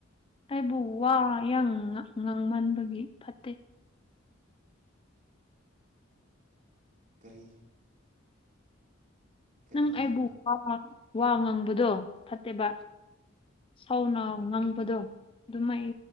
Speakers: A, on the left; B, on the right.
A: ꯑꯩꯕꯨ ꯋꯥ ꯌꯥꯝ ꯉ ꯉꯥꯡꯃꯟꯕꯒꯤ ꯐꯠꯇꯦ
B: ꯀꯔꯤ ꯀꯔꯤ
A: ꯅꯪ
B: ꯍꯥꯏꯕ
A: ꯑꯩꯕꯨ ꯋꯥ ꯉꯥꯡꯕꯗꯣ ꯐꯠꯇꯦꯕ ꯁꯥꯎꯅ ꯉꯪꯕꯗꯣ ꯑꯗꯨꯝ ꯑꯩ